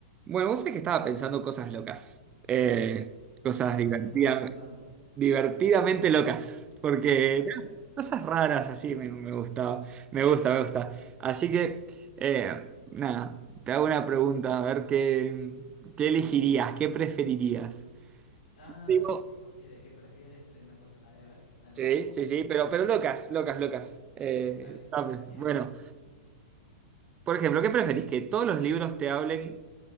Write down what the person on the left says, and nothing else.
¿Qué
cosa estaba pensando?
A ver.
Ah,
ese tipo así de qué prefieres de una cosa. Dale, a ver. Dale,
me copó,
me copó.
Dale,
tira.